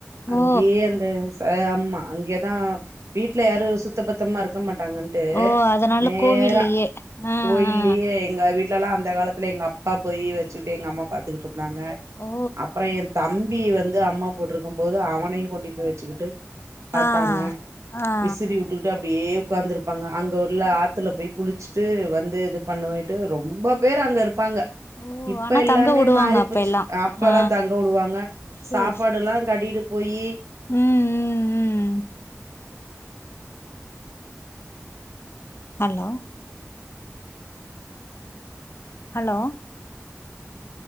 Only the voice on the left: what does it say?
ஓ
ஓ அதனால
கோவில்லயே ஆ
ஆ
ஓ
ஆ ஆ
ஓ
ஆனா
தங்க வுடுவாங்க
அப்ப
எல்லா
ஆ
சேரி
சேரி சே
ம் ம் ம் hello hello